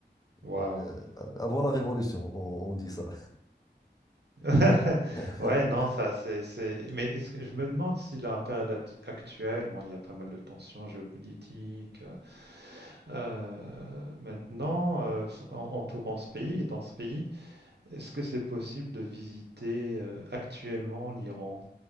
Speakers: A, on the right; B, on the left.
A: Waouh.
B: Donc, euh, avant la Révolution, on, on dit ça.
A: <laughs>
B: <laughs>
A: Ouais, non, ça c'est c'est mais est-ce que je me demande si la période act- actuelle, bon, il y a pas mal de tensions géopolitiques euh, euh, maintenant euh, s- en- entourant ce pays, dans ce pays, est-ce que c'est possible de visiter euh, actuellement l'Iran?